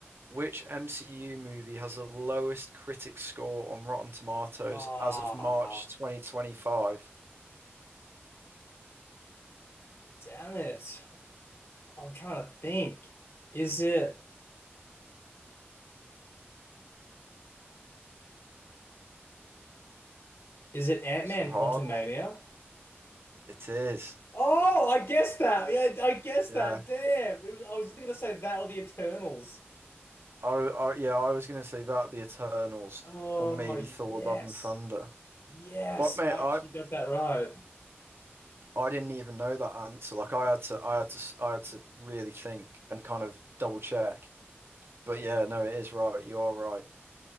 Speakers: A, on the right; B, on the left.
A: Which MCU movie has the lowest critic score on Rotten Tomatoes
B: Oh,
A: as of March 2025?
B: Damn it. I'm trying to think. Is it is it Ant-Man
A: It's a hard
B: Quantumania?
A: one. It is.
B: Oh, I guessed
A: It
B: that.
A: was.
B: Yeah, I guessed
A: Yeah.
B: that. Damn. It was, I was gonna say that or the Eternals.
A: I, I yeah, I was gonna say that, The Eternals,
B: Oh,
A: or maybe
B: yes.
A: Thor: Love and Thunder.
B: Yes,
A: But mate,
B: I
A: I
B: actually got that right.
A: I didn't
B: <clears throat>
A: even know that answer. Like I had to, I had to, I had to really think and kind of double check. But yeah, no, it is right. You are right.